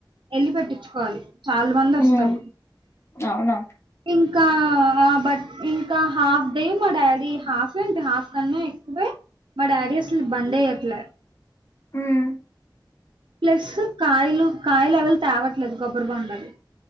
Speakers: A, on the right; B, on the left.
A: ఎళ్లి పెట్టిచ్చుకోవాలి. చాలా మంది వస్తారు.
B: ఉమ్ అవునా
A: ఇంకా ఆ బట్ ఇంకా హాఫ్ డే మా డాడీ హాఫ్ ఏంటి హాఫ్ కన్నా ఎక్కువే మా డాడీ అసలు బండేయ్యట్ల
B: హ్మ్
A: ప్లస్ కాయలు కాయల్ ఎవల్ తేవట్లేదు గొబ్బరి బొండాలు